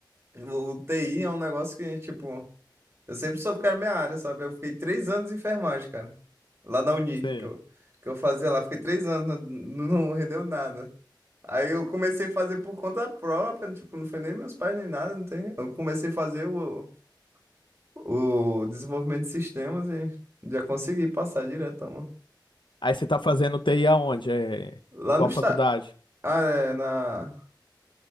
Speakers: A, on the right; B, on the left.
A: O, o TI é um negócio que, tipo, eu sempre soube que era minha área, sabe? Eu fiquei três anos em enfermagem, cara. Lá na Uni,
B: Sim.
A: que eu, que eu fazia lá. Fiquei três anos, não, não rendeu nada. Aí eu comecei a fazer por conta própria, tipo, não foi nem meus pais nem nada, não tem. Eu comecei a fazer o, o desenvolvimento de sistemas e já consegui passar direto, mano.
B: Aí você tá fazendo TI aonde? É,
A: Lá
B: em qual
A: no está,
B: faculdade?
A: ah, é, na,